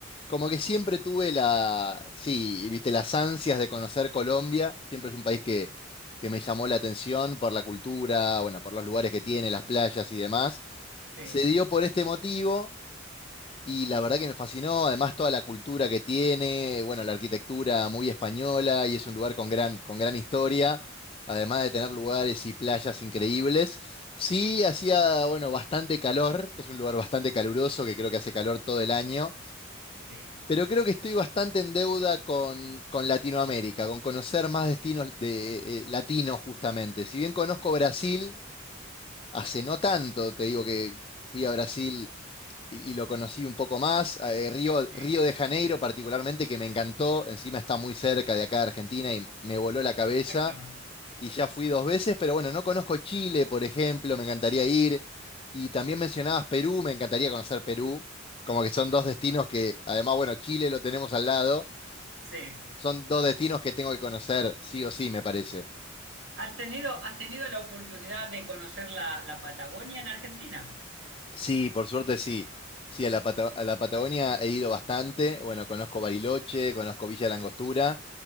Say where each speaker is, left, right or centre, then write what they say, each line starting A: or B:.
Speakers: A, on the left; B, on the right.
A: Como que siempre tuve la, sí, viste, las ansias de conocer Colombia, siempre es un país que, que me llamó la atención por la cultura, bueno, por los lugares que tiene, las playas y demás.
B: sí,
A: Se dio por este motivo. Y la verdad que me fascinó, además toda la cultura que tiene, bueno, la arquitectura muy española y es un lugar con gran, con gran historia, además de tener lugares y playas increíbles. Sí, hacía, bueno, bastante calor, es un lugar bastante caluroso que creo que hace calor todo el año,
B: sí,
A: pero creo que estoy bastante en deuda con, con Latinoamérica, con conocer más destinos de, eh, latinos justamente. Si bien conozco Brasil, hace no tanto, te digo que fui a Brasil y, y lo conocí un poco más. Eh, Río,
B: sí,
A: Río de Janeiro particularmente, que me encantó, encima está muy cerca de acá de Argentina y me voló la cabeza.
B: exactamente.
A: Y ya fui dos veces, pero bueno, no conozco Chile, por ejemplo, me encantaría ir. Y también mencionabas Perú, me encantaría conocer Perú, como que son dos destinos que, además, bueno, Chile lo tenemos al lado,
B: Sí.
A: son dos destinos que tengo que conocer, sí o sí, me parece.
B: ¿Has tenido, has tenido la oportunidad de conocer la, la Patagonia en Argentina?
A: Sí, por suerte sí. Sí, a la, Pata- a la Patagonia he ido bastante, bueno, conozco Bariloche, conozco Villa Langostura